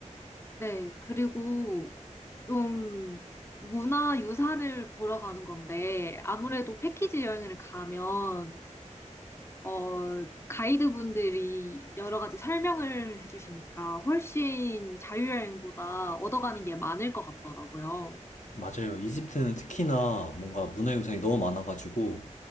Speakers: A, on the left; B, on the left.
A: 네, 그리고 좀 문화 유산을 보러 가는 건데 아무래도 패키지 여행을 가면 어, 가이드분들이 여러 가지 설명을 해주시니까 훨씬 자유여행보다 얻어가는 게 많을 것 같더라고요.
B: 맞아요. 이집트는 특히나 뭔가 문화 유산이 너무 많아가지고